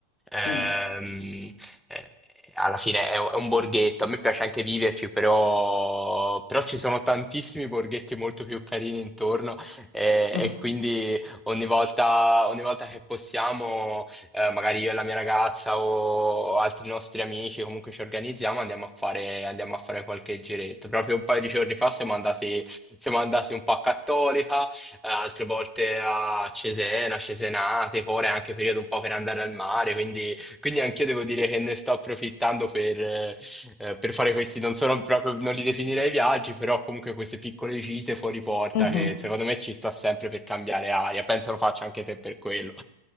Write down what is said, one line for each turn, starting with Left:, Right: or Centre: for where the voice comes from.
Centre: Ehm,
Left: Mm.
Centre: eh, alla fine è, è un borghetto, a me piace anche viverci, però, però ci sono tantissimi borghetti molto più carini intorno eh,
Left: <laughs>
Centre: e quindi Ogni volta, ogni volta che possiamo, eh, magari io e la mia ragazza o altri nostri amici, comunque ci organizziamo, andiamo a fare, andiamo a fare qualche giretto. Proprio un paio di giorni fa siamo andati, siamo andati un po' a Cattolica, eh, altre volte a Cesena, Cesenate, ora è anche periodo un po' per andare al mare, quindi quindi anch'io devo dire che ne sto approfittando per, eh, eh, per fare questi, non sono proprio, non li definirei viaggi, però comunque queste piccole gite fuori porta
Left: Mhm.
Centre: che secondo me ci sta sempre per cambiare aria. Penso lo faccia anche te per quello.